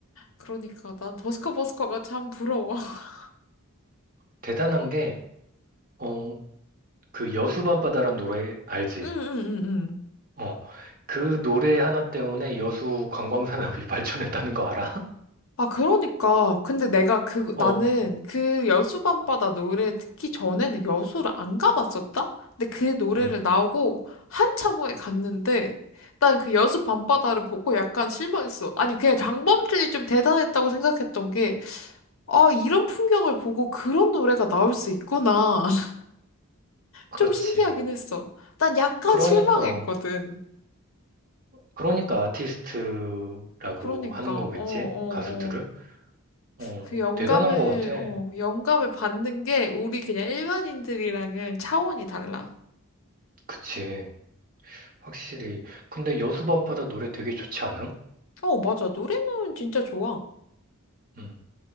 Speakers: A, on the left; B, on the right.
A: 그러니까. 난 버스커 버스커가 참 부러워. <laughs>
B: 대단한 게, 어, 그 여수밤바다란 노래 알지?
A: 응, 응, 응, 응.
B: 어. 그 노래 하나 때문에 여수 관광산업이 <laughs> 발전했다는 거 알아?
A: 아, 그러니까. 근데 내가 그,
B: <laughs> 어.
A: 나는 그 여수밤바다 노래 듣기 전에는 여수를 안 가봤었다? 근데 그 노래를
B: 음.
A: 나오고 한참 후에 갔는데, 난 그 여수밤바다를 보고 약간 실망했어. 아니, 그냥 장범준이 좀 대단했다고 생각했던 게, 아, 이런 풍경을 보고 그런 노래가 나올 수 있구나. <laughs>
B: 그렇지.
A: 좀 신기하긴 했어. 난 약간
B: 그러니까
A: 실망했거든.
B: 그러니까 아티스트라고
A: 그러니까,
B: 하는 거겠지?
A: 어, 어,
B: 가수들을?
A: 어.
B: 어.
A: 그 영감을,
B: 그 대단한 거 같아.
A: 어, 영감을 받는 게 우리 그냥 일반인들이랑은 차원이 달라.
B: 그치. 확실히. 근데 여수밤바다 노래 되게 좋지 않음?
A: 어, 맞아. 노래는 진짜 좋아.
B: 음.